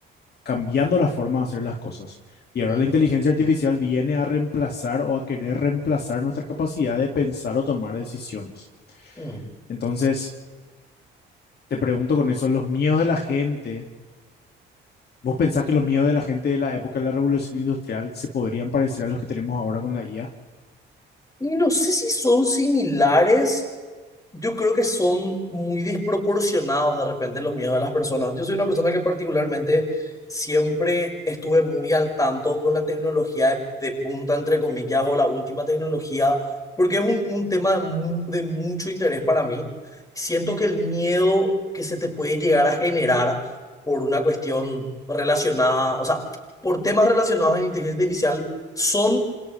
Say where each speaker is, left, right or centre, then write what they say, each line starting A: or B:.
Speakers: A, on the left (about 55°); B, on the left (about 15°).
A: cambiando la forma de hacer las cosas. Y ahora
B: Mm,
A: la inteligencia artificial viene a reemplazar o a querer reemplazar nuestra capacidad de pensar o tomar decisiones.
B: mm.
A: Entonces, te pregunto con eso, los miedos de la gente, ¿vos pensás que los miedos de la gente de la época de la revolución industrial se podrían parecer a los que tenemos ahora con la IA?
B: Y no sé si son similares Yo creo que son muy desproporcionados de repente los miedos de las personas. Yo soy una persona que particularmente siempre estuve muy al tanto con la tecnología de, de punta, entre comillas, o la última tecnología, porque es un, un tema de, mu- de mucho interés para mí. Siento que el miedo que se te puede llegar a generar por una cuestión relacionada, o sea, por temas relacionados a la inteligencia artificial, son,